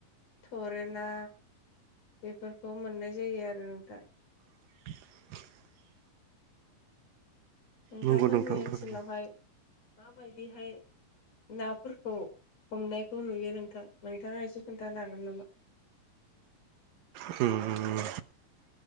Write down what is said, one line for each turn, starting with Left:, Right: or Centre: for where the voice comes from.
Left: थरेना बेफोरखौ मोननाय जायो आरो नोंथां।
Right: <inaudible>
Left: नोंथांमोननि
Right: नंगौ नोंथां
Left: ओनसोलावहाय
Right: थारैनो
Left: माबायदिहाय नाफोरखौ हमनायखौ नुयो नोंथां नोंथाङा एसे खोन्थानो हागोन नामा?
Right: होम